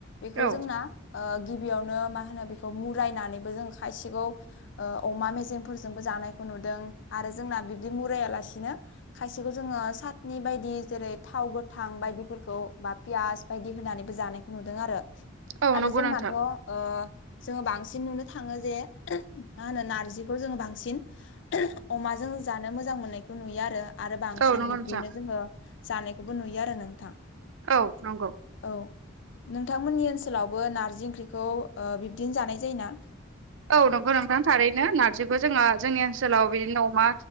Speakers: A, on the left; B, on the right.
A: बेखौ
B: औ
A: जोंना ओ गिबियावनो मा होनो बेखौ मुरायनानैबो जों खायसिगौ ओ अमा मेजेमफोरजोंबो जानायखौ नुदों आरो जोंना बिब्दि मुरायालासिनो खायसेखौ जोङो सातनि बायदि जेरै थाव गोथां बायदिफोरखौ बा पियास बायदि होनानैबो जानायखौ नुदों आरो
B: औ
A: आरो
B: नंगौ
A: जोंनाथ'
B: नोंथां
A: ओ जोङो बांसिन नुनो थाङो जे मा होनो नारजिखौ जोङो बांसिन अमाजों जानो मोजां मोननायखौ नुयो आरो आरो बांसिन
B: औ नंगौ
A: बिब्दिनो
B: नोंथां
A: जोङो जानायखौबो नुयो आरो नोंथां
B: औ नंगौ
A: औ नोंथांमोननि ओनसोलावबो नारजि ओंख्रिखौ ओ बिब्दिनो जानाय जायोना
B: औ नंगौ नोंथां थारैनो नारजिखौ जोंङो जोंनि ओनसोलाव बिदिनो अमा